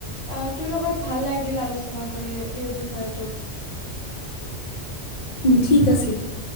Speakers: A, on the left; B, on the left.
A: আহ তোৰ লগত। ভাল লাগিল আলোচনা কৰি এইৰ বিষয়টোত।
B: ঠিক আছে দিয়ক।